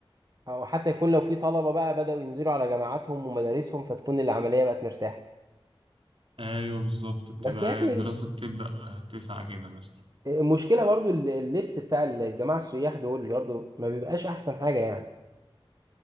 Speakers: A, on the right (about 40°); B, on the right (about 65°).
A: او حتى يكون لو في طلبه بقى بداوا ينزلوا على جامعاتهم ومدارسهم فتكون العمليه بقت مرتاحه
B: ايوه بالظبط بتبقى
A: بس يا اخي
B: الدراسة بتبدأ آه، تسعة كده مثلا
A: المشكله برضو الل- اللبس بتاع الجماعه السياح دول برضو ما بيبقاش احسن حاجه يعني